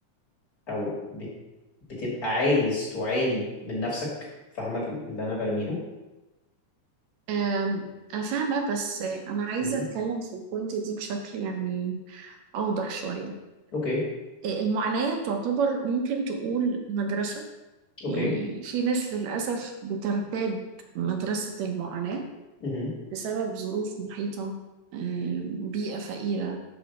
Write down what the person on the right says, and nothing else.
آم، أنا فاهمة بس آه، أنا عايزة
أتكلم في البوينت دي بشكل يعني أوضح شوية
المعاناة تعتبر ممكن تقول مدرسة
يعني في ناس للأسف بترتاد مدرسة المعاناة
بسبب ظروف محيطة آم، بيئة فقيرة